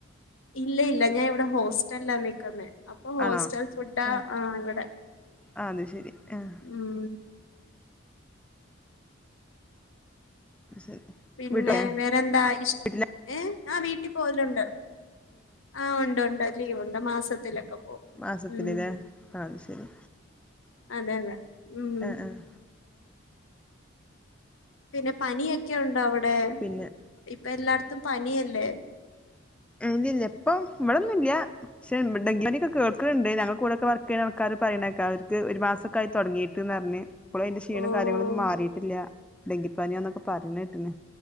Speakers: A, on the left; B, in the centre.
A: ഇല്ല ഇല്ല ഞാൻ ഇവടെ ഹോസ്റ്റലിലാ നിക്കുന്നേ ഇപ്പൊ ഹോസ്റ്റൽ
B: ആണോ
A: ഫുഡ് ആഹ്
B: ഏഹ്
A: ഇവിടെ
B: ആഹ് അത് ശരി ആഹ്
A: ഉം
B: ശരി
A: പിന്നെ
B: വീട്ടിലെ
A: വേറെന്താ ഇഷ്
B: വീട്ടിലെ
A: ഏഹ് ആഹ് വീട്ടിപ്പോവലുണ്ട്. ആഹ് ഉണ്ട് ഉണ്ട് ലീവുണ്ട് മാസത്തി ത്തിലൊക്കെ പോകും
B: മാസത്തിലല്ലേ
A: ഉം
B: ആഹ് അത് ശരി
A: അതെ അതെ ഉം
B: ആഹ് ആഹ്
A: പിന്നെ പനിയൊക്കെ ഉണ്ടോ അവടെ
B: പിന്നെ
A: ഇപ്പം എല്ലായിടത്തും പനിയല്ലേ
B: ഇല്ല ഇല്ല ഇപ്പം ഇവിടൊന്നും ഇല്ല പക്ഷെ ഡെങ്കിപ്പനിക്കെ കേൾക്ക്ണ്ട് ഞങ്ങളെ കൂടെ ഒക്കെ വർക്ക് ചെയ്യണാ ആൾക്കാര് പറയണകേക്ക അവർക്ക് ഒരു മാസ ക്കായി തൊടങ്ങിട്ട്ന്നറഞ്ഞ്. ഇപ്പളും അയിന്റെ ക്ഷീണം
A: ഓഹ്
B: കാര്യങ്ങളൊന്നും മാറീട്ടില്ല ഡെങ്കിപ്പനിയാന്നൊക്കെ പറഞ്ഞേട്ടിന്.